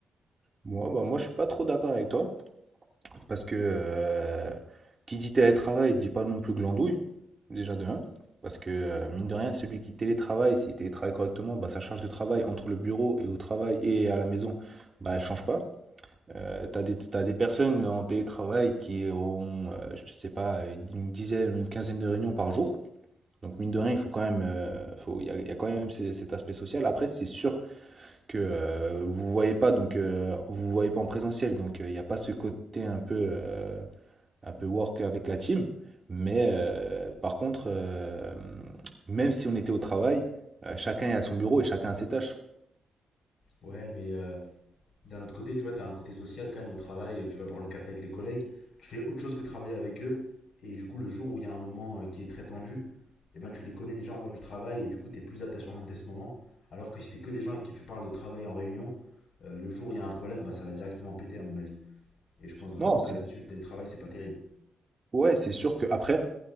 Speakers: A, on the right (about 35°); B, on the left (about 65°).
A: Moi, bah moi, je suis pas trop d'accord avec toi parce que euh, qui dit télétravail dit pas non plus glandouille, déjà de un. Parce que euh, mine de rien, celui qui télétravaille, s'il télétravaille correctement, bah sa charge de travail entre le bureau et au travail et à la maison, bah elle change pas. Euh, t'as des, t'as des personnes en télétravail qui ont, euh, je sais pas, une dizaine ou une quinzaine de réunions par jour. Donc mine de rien, il faut quand même, euh, faut, il y a, il y a quand même ces- cet aspect social. Après, c'est sûr que euh, vous voyez pas, donc euh, vous voyez pas en présentiel, donc euh, il n'y a pas ce côté un peu, euh, un peu work avec la team. Mais euh, par contre, euh, même si on était au travail, euh, chacun est à son bureau et chacun a ses tâches.
B: Ouais, mais euh, d'un autre côté, tu vois, t'as un côté social quand même au travail. Tu vas prendre le café avec les collègues, tu fais autre chose que travailler avec eux. Et du coup, le jour où il y a un moment euh, qui est très tendu, eh ben, tu les connais déjà en dehors du travail et du coup, tu es plus apte à surmonter ce moment. Alors que si c'est que des gens avec qui tu parles de travail en réunion, euh, le jour où il y a un problème, bah, ça va directement péter, à mon avis. Et je pense vraiment
A: Non, c'est
B: que là-dessus, le télétravail, c'est pas terrible.
A: ouais, c'est sûr que après.